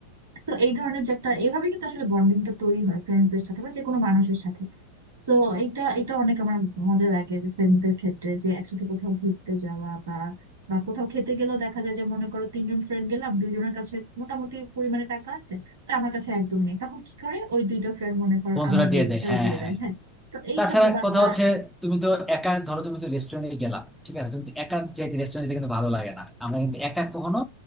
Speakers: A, on the right; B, in the centre.
A: সো এই ধরনের যে একটা এইভাবে কিন্তু আসলে বন্ডিংটা তৈরি হয় ফ্রেন্ডসদের সাথে বা যে কোনো মানুষের সাথে তো এটা এটা অনেক আমার মজা লাগে যে ফ্রেন্ডসদের ক্ষেত্রে যে একসাথে কোথাও ঘুরতে যাওয়া বা বা কোথাও খেতে গেলেও দেখা যায় যে মনে করো তিনজন ফ্রেন্ড গেলাম দুইজনের কাছে মোটামুটি পরিমাণে টাকা আছে তা আমার কাছে একদমই নেই তখন কি করে ওই দুইটা ফ্রেন্ড মনে করো
B: বন্ধুরা
A: আমার
B: দিয়ে
A: বিলটাও
B: দেয় হ্যাঁ
A: দিয়ে
B: হ্যাঁ
A: দেয় হ্যাঁ তো এই
B: তাছাড়া
A: সব ব্যাপার
B: কথা
A: বা
B: হচ্ছে তুমি তো একা ধরো তুমি তো রেস্টুরেন্টে গেলা ঠিক আছে তুমি তো একা যে রেস্টুরেন্টে কিন্তু ভালো লাগে না আমরা কিন্তু একা কখনো